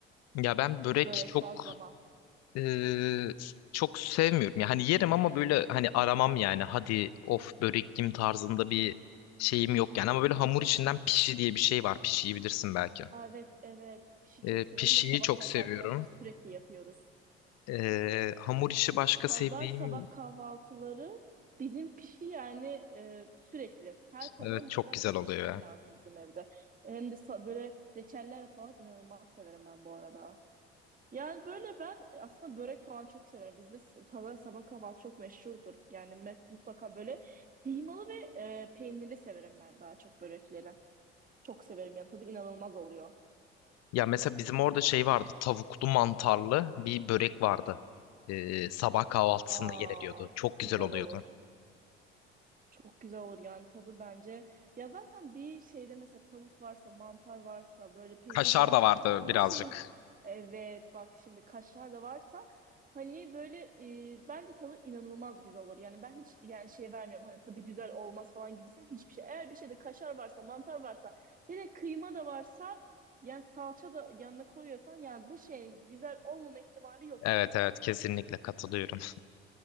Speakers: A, on the left; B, on the right.
A: Ya ben börek
B: Börek,
A: çok
B: bazlama.
A: e, çok sevmiyorum. Yani yerim ama böyle hani aramam yani. Hadi of börek yiyeyim tarzında bir şeyim yok yani. Ama böyle hamur içinden pişi diye bir şey var. Pişiyi bilirsin belki.
B: Aa, Evet, evet. Pişi
A: E,
B: çok severim
A: pişiyi
B: ve sabah
A: çok
B: kahvaltılarını
A: seviyorum.
B: biz sürekli yapıyoruz.
A: E, hamur işi başka
B: Pazar
A: sevdiğim
B: sabah kahvaltıları bizim pişi yani e, sürekli. Her pazar
A: evet
B: mutlaka
A: çok güzel
B: pişi
A: oluyor
B: pişmeli
A: ya.
B: lazım bizim evde. Hem de sa- böyle reçeller falan inanılmaz severim ben bu arada. Yani böyle ben e, aslında börek falan çok severim. Bizde s- pazar sabah kahvaltı çok meşhurdur. Yani me- mutlaka böyle kıymalı ve e, peynirli severim ben daha çok börekleri. Çok severim yani tadı inanılmaz oluyor.
A: Ya mesela bizim orada şey vardı. Tavuklu mantarlı bir börek vardı. E, sabah kahvaltısında
B: Aa
A: yeniliyordu.
B: çok
A: Çok güzel
B: güzel
A: oluyordu.
B: olur. Çok güzel olur yani tadı bence. Ya zaten bir şeyde mesela tavuk varsa, mantar varsa, böyle peynir
A: Kaşar
B: varsa
A: da vardı birazcık.
B: o şeyin evet bak şimdi kaşar da varsa hani böyle e, bence tadı inanılmaz güzel olur. Yani ben hiç yani şey vermiyorum hani tadı güzel olmaz falan gibisin hiçbir şey. Eğer bir şeyde kaşar varsa, mantar varsa, hele kıyma da varsa yani salça da yanına koyuyorsan yani bu şey güzel olmama ihtimali yok
A: Evet
B: bu arada.
A: evet kesinlikle katılıyorum.